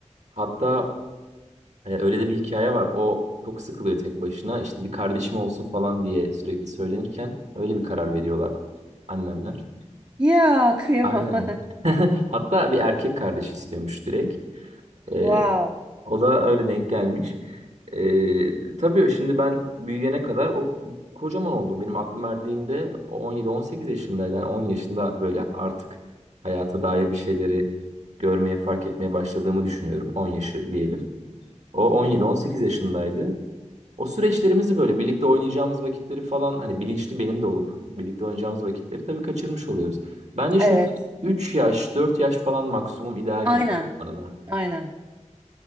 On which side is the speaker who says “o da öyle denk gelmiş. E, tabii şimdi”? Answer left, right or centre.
Right